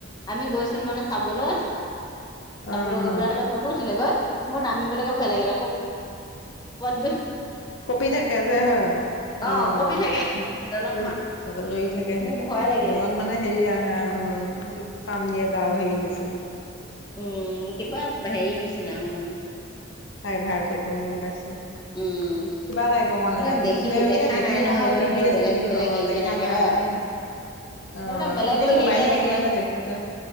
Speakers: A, on the left; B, on the left.
A: আমি গৈছিলো মানে চাবলে। চাবলে
B: অ
A: গৈ পেলাই তাতে ফটো উঠিলে গৈ। মই নামিম সেইটো লৈকে ভয় লাগিল আকৌ। পদ দু
B: কপি থাকে যে হয়
A: অ
B: আহ
A: কঁপি থাকে দলংখন
B: লৰি থাকে সেনেকা
A: মোৰ ভয় লাগিলে
B: দলং মানে হেৰি আহে অ পাম দিয়া গাঁও হেৰি নাছিলো
A: উম কিবা হেৰি নিচিনা উ
B: পাই ভাৰতে গম পাইছো
A: উম
B: কিবা লাগিব মানে
A: এইবিলাক
B: দেখিলে
A: দেখি দেখা
B: ইয়াত দেখো
A: নাই
B: নহয়
A: এইবিলাক
B: টিভিয়
A: ধৰ বেলেগ
B: চিভি
A: বেলেগ
B: অ
A: হেৰিতহে
B: দেখা
A: থাকে
B: নাই
A: হয়
B: এনে অ
A: এইবিলাক বেলেগ
B: ন
A: বেলেগ
B: মোবাইলে
A: হেৰিতহে থাকে
B: চোবাইলে দেখো দে